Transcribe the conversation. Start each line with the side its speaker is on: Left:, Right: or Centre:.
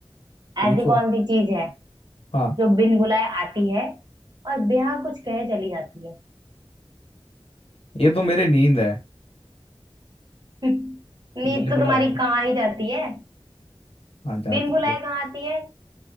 Right: ऐसी
Left: पूछो
Right: कौन सी चीज है
Left: हाँ
Right: जो बिन बुलाए आती है और बिना कुछ कहे चली जाती है
Left: ये तो मेरी नींद है
Right: <laughs> नींद
Left: बिल्कुल
Right: तो तुम्हारी
Left: आया था
Right: कहाँ ही जाती है
Left: हाँ जाती
Right: बिन बुलाए कहाँ आती है